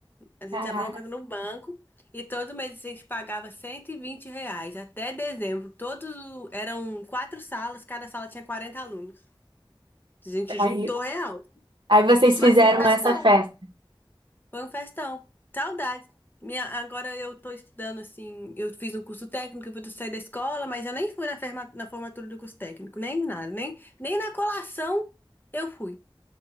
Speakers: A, on the left (about 20°); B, on the right (about 65°).
A: A gente
B: Caraca.
A: abriu uma conta no banco e todo mês a gente pagava 120 reais até dezembro. Todos o- eram quatro salas, cada sala tinha 40 alunos. A gente
B: Aí,
A: juntou real.
B: aí vocês
A: Mas
B: fizeram
A: foi um festão,
B: essa festa.
A: foi um festão. Saudade. Minha, agora eu tô estudando assim, eu fiz um curso técnico, eu vou sair da escola, mas eu nem fui na, ferma- na formatura do curso técnico, nem nada, nem, nem na colação eu fui.